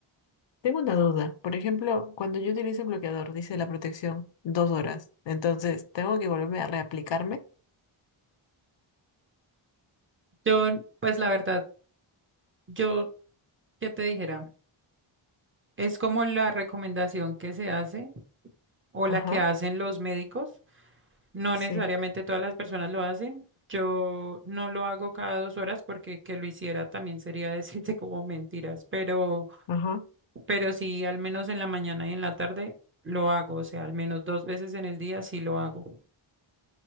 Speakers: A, on the left; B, on the right.
A: Tengo una duda. Por ejemplo, cuando yo utilizo el bloqueador, dice la protección, dos horas. Entonces, ¿tengo que volverme a reaplicarme?
B: Yo, pues la verdad, yo, ¿qué te dijera? Es como la recomendación que se hace o
A: Ajá,
B: la que hacen los médicos. No
A: sí,
B: necesariamente todas las personas lo hacen. Yo no lo hago cada dos horas porque que lo hiciera también sería <laughs> decirte como mentiras, pero,
A: ajá.
B: pero sí, al menos en la mañana y en la tarde lo hago, o sea, al menos dos veces en el día sí lo hago.